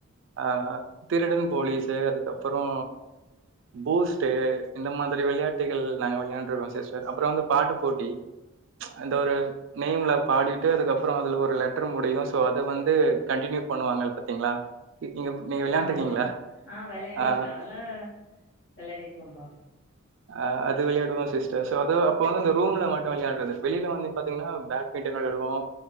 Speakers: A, on the right (about 60°); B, on the left (about 55°).
A: அ திருடன் போலீஸு அதுக்கப்புறோ பூஸ்ட்டு இந்த மாதிரி விளையாட்டுகள் நாங்க வெளையாண்டுருக்கோ சிஸ்டர் அப்றோ வந்து பாட்டு போட்டி அந்த ஒரு நேம்ல பாடிட்டு அதுக்கப்புறோ அதுல ஒரு லெட்டர் முடியு சோ அது வந்து கண்டினியூ பண்ணுவாங்கள் பாத்தீங்களா நீ- நீங்க நீங்க விளையாண்டுருக்கீங்களா?
B: ஆமா ஆ வெளையாடி
A: ஆ
B: இருக்கேன் அதெல்லா வெளாடி இருக்கோம்ப்பா
A: அ அது விளையாடுவம் சிஸ்டர் ஸோ அது அப்ப வந்து இந்த ரூம்ல மட்டும் விளையாடுறது வெளியில வந்து பாத்தீங்கன்னா பேட்மிட்டன் வெளையாடுவோம்